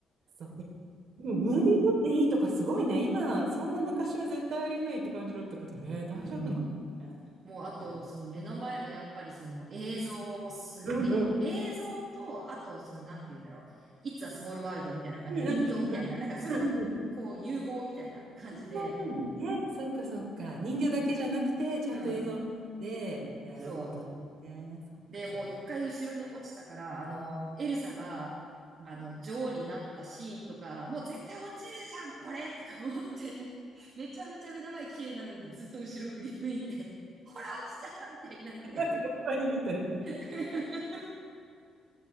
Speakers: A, on the right; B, on the right.
A: そう。でも、ムービー撮っていいとかすごいね。今、そんな昔は絶対ありえないって感じだったけどね。大丈夫なのね。
B: うん。もう、あと、
A: はい
B: その目の前もやっぱりその映像もすごい、
A: うんうん。うん
B: 映像と、あと、その、なんて言うんだろう。It's a small world みたいな感じで、
A: うんうんうんうんうんうん
B: 人形みたいな、なんかそれの、こう、融合みたいな感じで、
A: 人形なんだね。そっかそっか。人形だけじゃなくて、ちゃんと映像もあって、
B: うん。
A: なるほどね。
B: そう。
A: そっかそっか。
B: で、もう一回後ろに落ちたから、あの、エルサが、
A: うん
B: あの、女王になったシーンとか、もう絶対落ちるじゃん、これとか思って、<laughs> めちゃめちゃ目の前綺麗なのにずっと後ろ振り向いて、ほら、落ちたみたいになって。
A: やっぱりみたいな。
B: <laughs>